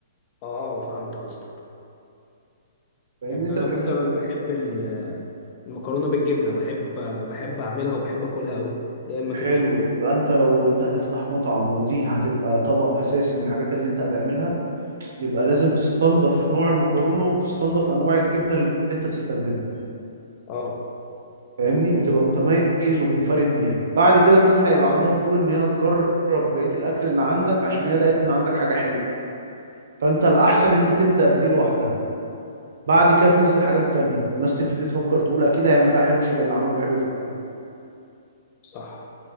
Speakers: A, on the left; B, on the right.
A: اه فهمت قصدك
B: فاهمني
A: يعني
B: انت
A: انا
B: بتحب
A: مثلا
B: تاكل ايه
A: بحب ال- المكرونه بالجبنه بحب بحب اعملها وبحب اكلها قوي اللي هي المكنش
B: حلو يبقى انت لو انت هتفتح مطعم ودي هتبقى طبق اساسي من الحاجات اللي انت هتعملها يبقى لازم تستنضف نوع المكرونه وتستنضف انواع الجبنه اللي انت تستخدمها
A: اه
B: فاهمني وتبقى متميز ومنفرد بيها بعد كده الناس هيبقى عندها فضول ان هي تجرب بقيه الاكل اللي عندك عشان هي دقت من عندك حاجه حلوه فانت الاحسن ان انت تبدا بدي لوحدها بعد كده تنزل حاجات تانية فالناس تبتدي تفكر تقول اكيد هيعملها حلو شبه اللي عمله حلو في الاول
A: صح